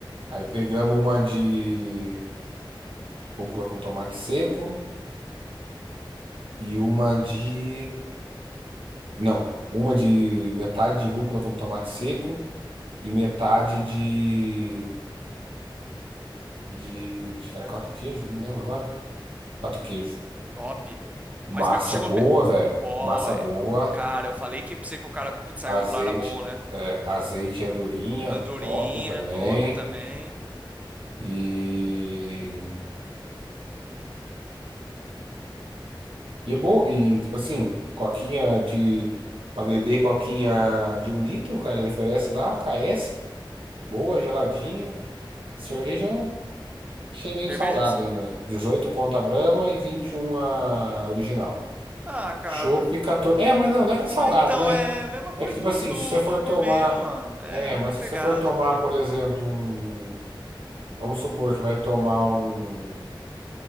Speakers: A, on the right (about 85°); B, on the right (about 15°).
A: Aí pegamos uma de rúcula com tomate seco e uma de. Não, uma de metade de rúcula com tomate seco e metade de. de. Acho que era quatro queijos, não lembro agora. Quatro queijos.
B: Top.
A: Massa
B: Mas pegou, chegou
A: boa,
B: pe-
A: velho.
B: Bo...
A: Massa
B: é,
A: boa.
B: Cara, eu falei que pra você que o cara com o pizzaiolo
A: Azeite,
B: lá era bom, né?
A: é, azeite e andorinha,
B: Andorinha,
A: top também.
B: top também.
A: E, e é bom, e tipo assim, coquinha de para beber, coquinha de um litro, cara, ele oferece lá, KS, boa, geladinha. Cerveja, achei meio
B: Cerveja,
A: salgado ainda, velho. 18 conto a Brahma e 21 a original.
B: Ah, cara,
A: Chopp
B: mas.
A: 14.
B: É,
A: É, mas não, não é que
B: é,
A: é salgado,
B: mas então,
A: né?
B: é a mesma coisa
A: É que tipo
B: do,
A: assim,
B: do,
A: se você for
B: do gourmet,
A: tomar,
B: mano. É
A: é,
B: a mesma
A: mas
B: pegada,
A: se você for tomar,
B: entendeu?
A: por exemplo, um Vamos supor que vai tomar um